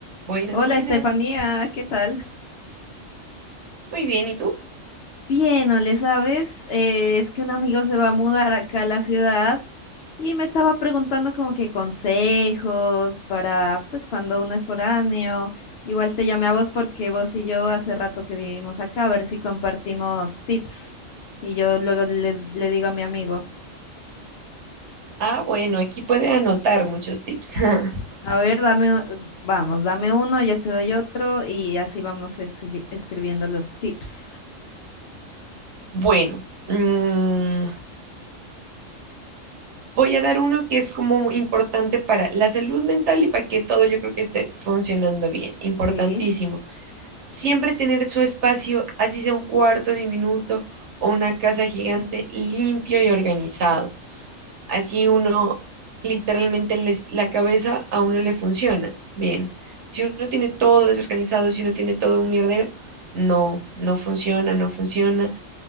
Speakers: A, on the right; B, on the left.
A: Buenas,
B: Hola
A: buenas.
B: Estefanía, ¿qué tal?
A: Muy bien, ¿y tú?
B: Bien, ¿no le sabes? Eh, es que un amigo se va a mudar acá a la ciudad y me estaba preguntando como que consejos para, pues cuando uno es foráneo, igual te llamé a vos porque vos y yo hace rato que vivimos acá, a ver si compartimos tips y yo luego les- le digo a mi amigo,
A: Ah, bueno, aquí puede anotar muchos tips. <laughs>
B: a ver, dame, u- eh, vamos, dame uno, yo te doy otro y así vamos escri- escribiendo los tips.
A: Bueno, mm, voy a dar uno que es como muy importante para la salud mental y para que todo yo creo que esté funcionando bien. Importantísimo.
B: Sí,
A: Siempre tener su espacio, así sea un cuarto diminuto o una casa gigante, limpio y organizado. Así uno, literalmente les- la cabeza a uno le funciona bien. Si uno tiene todo desorganizado, si uno tiene todo un mierdero, no, no funciona, no funciona.